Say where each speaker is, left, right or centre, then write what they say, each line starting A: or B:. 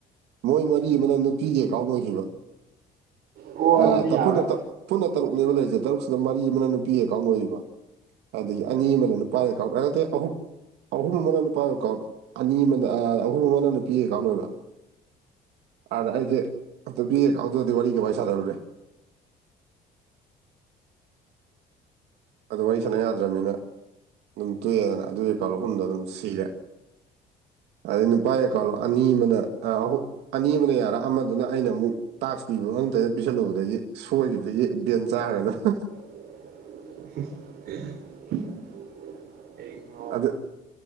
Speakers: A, on the right; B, on the right.
A: ꯃꯣꯏ ꯃꯔꯤ ꯑꯃꯅ ꯅꯨꯄꯤꯒꯤ ꯑꯦꯀꯥꯎꯟ ꯑꯣꯏꯈꯤꯕ
B: ꯑꯣ
A: ꯑꯥ
B: ꯑꯗꯨꯗꯤ
A: ꯇꯐꯨꯠꯅ
B: ꯌꯥꯔꯣꯏ
A: ꯇꯞ ꯄꯨꯟꯅ ꯇꯔꯨꯛꯅꯦꯕ ꯂꯩꯔꯤꯁꯦ ꯇꯔꯨꯛꯁꯤꯗ ꯃꯔꯤ ꯑꯃꯅ ꯅꯨꯄꯤ ꯑꯦꯀꯥꯎꯟ ꯑꯣꯏꯒꯤꯕ ꯑꯗꯒꯤ ꯑꯅꯤ ꯑꯃꯅ ꯅꯨꯄꯥ__ <unintelligible> ꯅꯠꯇꯦ ꯑꯍꯨꯝ ꯑꯍꯨꯝ ꯑꯃꯅ ꯅꯨꯄꯥ ꯑꯦꯀꯥꯎꯟ ꯑꯅꯤ ꯑꯃꯅ ꯑꯍꯨꯝ ꯑꯃꯅ ꯅꯨꯄꯤꯒꯤ ꯑꯦꯀꯥꯎꯟ ꯑꯣꯏꯕ <unintelligible> ꯑꯩꯁꯦ <unintelligible> ꯋꯥꯔꯤ ꯁꯥꯟꯅꯔꯨꯔꯦ ꯑꯗꯣ ꯋꯥꯔꯤ ꯁꯥꯟꯅ ꯌꯥꯗ꯭ꯔꯕꯅꯤꯅ ꯑꯗꯨꯝ ꯇꯣꯛꯑꯦꯗꯅ ꯑꯗꯨꯏ ꯑꯦꯀꯥꯎꯟꯠ ꯑꯍꯨꯝꯗꯣ ꯑꯗꯨꯝ ꯁꯤꯔꯦ ꯑꯗꯩ ꯅꯨꯄꯥꯒꯤ ꯑꯦꯀꯥꯎꯟ ꯑꯅꯤ ꯑꯃꯅ ꯑ ꯍꯨꯝ ꯑꯅꯤ ꯑꯃꯅ ꯌꯥꯔ ꯑꯃꯗꯨꯅ ꯑꯩꯅ ꯑꯃꯨꯛ ꯇꯥꯛꯁ ꯄꯤꯕ ꯉꯝꯗꯅ ꯄꯤꯁꯜꯂꯨꯕꯗꯒꯤ ꯁꯣꯏꯒꯤꯕꯗꯒꯤ ꯕꯦꯟ ꯆꯥꯒ꯭ꯔꯦꯗ <unintelligible>
B: <unintelligible>
A: ꯑꯗꯨ